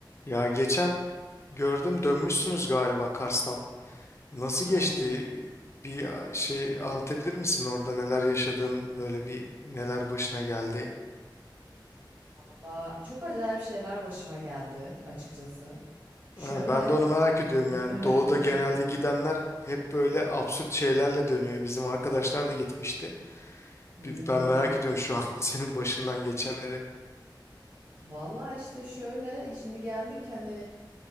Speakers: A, on the left (about 35°); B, on the right (about 40°).
A: Ya geçen gördüm dönmüşsünüz galiba Kars'tan. Nasıl
B: Aynen.
A: geçti? Bir şey anlatabilir misin orada neler yaşadın? Böyle bir neler başına geldi?
B: Valla çok acayip şeyler başıma geldi açıkçası. Şöyle,
A: Ha, ben de onu merak
B: e,
A: ediyorum
B: <laughs>
A: yani. Doğu'da genelde gidenler hep böyle absürt şeylerle dönüyor. Bizim arkadaşlar da gitmişti.
B: hmm,
A: Bir- Ben merak ediyorum şu an <laughs> senin başından geçenleri.
B: valla işte şöyle, şimdi geldik hani